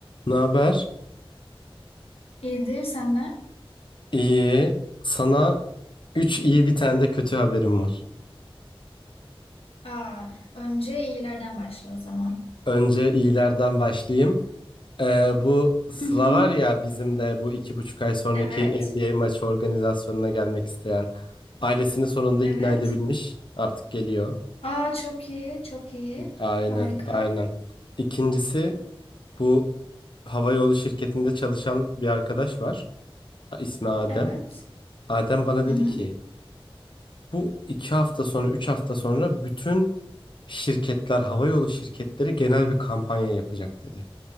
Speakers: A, on the left; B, on the left.
A: Ne haber?
B: İyidir senden.
A: İyi. Sana 3 iyi bir tane de kötü haberim var.
B: Aa, önce iyilerden başla o zaman.
A: Önce iyilerden başlayayım. Ee, bu Sıla
B: Hı hı.
A: var ya bizimle bu iki buçuk ay sonraki
B: Evet,
A: NBA maçı organizasyonuna gelmek isteyen. Ailesini sonunda
B: evet.
A: ikna edebilmiş. Artık geliyor.
B: Aa, çok iyi, çok iyi.
A: Aynen,
B: Harika.
A: aynen. İkincisi bu havayolu şirketinde çalışan bir arkadaş var. İsmi Adem.
B: Evet.
A: Adem bana
B: Hı
A: dedi
B: hı.
A: ki Bu iki hafta sonra, üç hafta sonra bütün şirketler, havayolu şirketleri genel bir kampanya yapacak dedi.